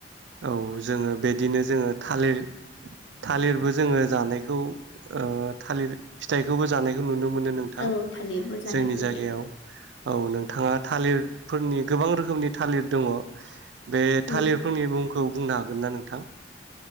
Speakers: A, on the right; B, on the left.
A: औ जोङो बेदिनो जोङो थालिर थालिरबो जोङो जानायखौ ओ थालिर फिथाइखोबो जानायखौ नुनो मोनो नोंथां
B: औ थालिरबो जानायखौ
A: जोंनि जायगायाव
B: नुयो
A: औ नोंथाङा थालिरफोरनि गोबां रोखोमनि थालिर दङ'। बे
B: उम।
A: थालिरफोरनि मुं खौ बुंनो हागोन ना नोंथां?